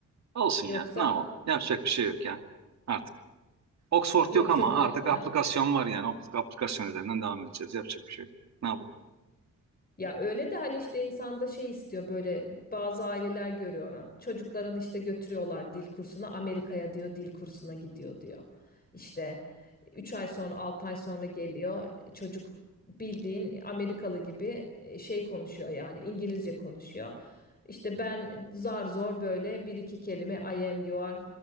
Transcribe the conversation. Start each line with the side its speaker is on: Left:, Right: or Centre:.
Right: Olsun
Left: yoksa
Right: ya. Ne yapalım? Yapacak bir şey yok ya. Artık. Oxford
Left: Yoksa
Right: yok ama
Left: diyorum
Right: artık aplikasyon
Left: ya
Right: var yani. Apl- Aplikasyon üzerinden devam edeceğiz. Yapacak bir şey yok. Ne yapalım?
Left: ya öyle de hani işte insanda şey istiyor böyle bazı aileler görüyorum. Çocuklarını işte götürüyorlar dil kursuna Amerika'ya diyor dil kursuna gidiyor diyor. İşte 3 ay sonra 6 ay sonra geliyor çocuk bildiğin Amerikalı gibi e, şey konuşuyor yani İngilizce konuşuyor. İşte ben zar zor böyle bir iki kelime I am you are